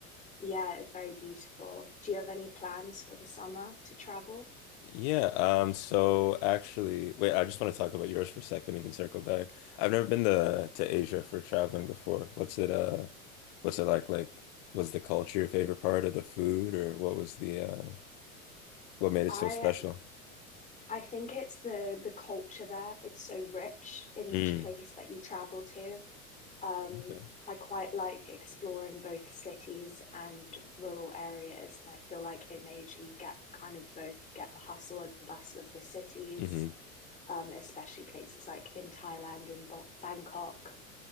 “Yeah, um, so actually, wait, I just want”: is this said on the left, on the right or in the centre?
Left